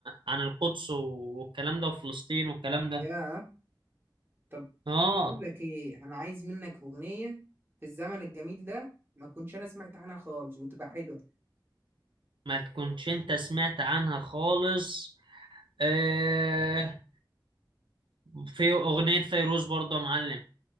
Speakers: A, on the right; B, on the right.
A: عن القدس والكلام ده وفلسطين والكلام ده
B: يا طب
A: اه
B: اقول لك ايه انا عايز منك اغنيه في الزمن الجميل ده ما كنتش انا سمعت عنها خالص وتبقى حلوه
A: ما تكونش انت سمعت عنها خالص آه... في اغنية فيروز برضو يا معلم